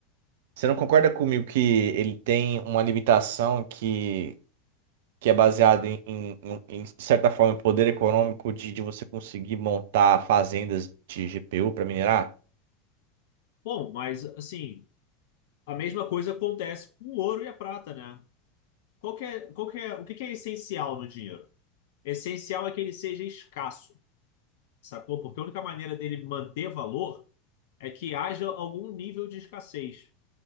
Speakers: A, on the right; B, on the left.
A: você não concorda comigo que ele tem uma limitação que que é baseado em, em- em- em, de certa forma, em poder econômico de, de você conseguir montar fazendas de GPU para minerar?
B: Bom, mas assim, a mesma coisa acontece com o ouro e a prata, né? Qual que é, qual que é, o que que é essencial no dinheiro? Essencial é que ele seja escasso, sacou? Porque a única maneira dele manter valor é que haja algum nível de escassez.